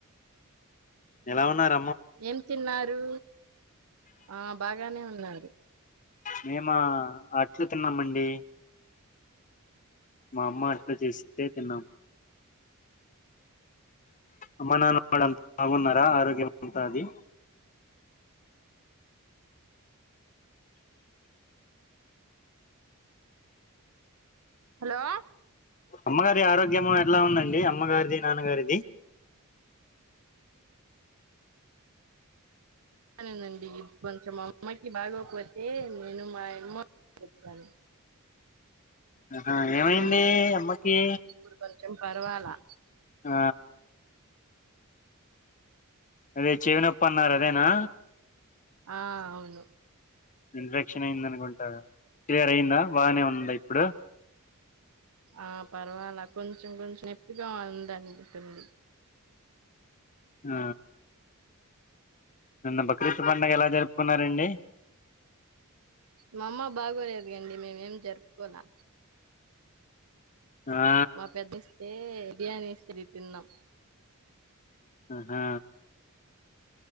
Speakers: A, on the left (about 35°); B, on the right (about 85°).
A: ఎలా ఉన్నార
B: ఏం తిన్నారు ఆ బాగానే ఉన్నారు
A: మేము అట్లు తిన్నామండి మా అమ్మ అట్లా చేసింటే తిన్నాము అమనానావాడంత మగున్నర ఆరోగ్యమంతది
B: హలో
A: అమ్మగారి ఆరోగ్యము ఎట్లా ఉందండి అమ్మగారిది నాన్నగారిది
B: సరేనండి కొంచెం అమ్మకి బాగోకపోతే నేను మా అమ్ వచ్చాను
A: ఆహా ఏమైంది
B: మా అమ్మ
A: అమ్మకి
B: ఇప్పుడు కొంచెం పర్వాలా
A: ఆ అదే చెవినప్ప అన్నారదేనా
B: ఆ అవును
A: ఇన్ఫెక్షన్ అయిన్దనుకుంటా క్లియర్ అయ్యిందా బానే ఉందా ఇప్పుడు
B: ఆ పర్వాలా కొంచెం కొంచెం నెప్పిగా ఉందనుకుంటుంది
A: ఆ నిన్న బక్రీత్ పండుగ ఎలా జరుపుకున్నారండి.
B: మా అమ్మ బాగోలేదు గండి మేమేం జరుపుకోలా
A: ఆ
B: మా పెద్దిస్ తే బియానేస్తిరి తిన్నాం
A: ఆ హా